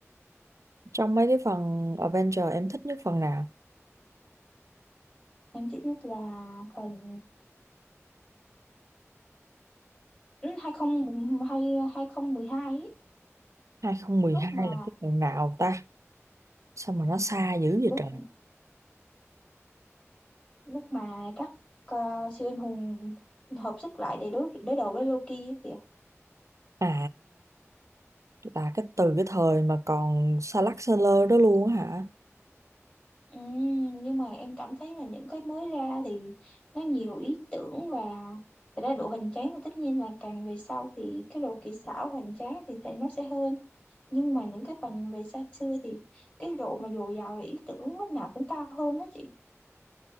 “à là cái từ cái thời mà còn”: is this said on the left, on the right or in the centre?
Right